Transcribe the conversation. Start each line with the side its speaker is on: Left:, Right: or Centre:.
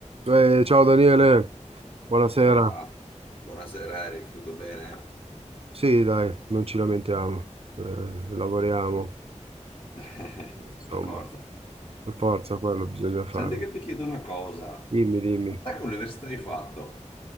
Right: Eh, ciao Daniele, buonasera.
Left: Quella- Buonasera Eric, tutto bene?
Right: Sì, dai, non ci lamentiamo, eh, lavoriamo,
Left: <laughs> Eh,
Right: insomma,
Left: Per forza.
Right: per forza quello bisogna fare.
Left: Senti che ti chiedo una cosa.
Right: Dimmi, dimmi.
Left: Ma te che università hai fatto?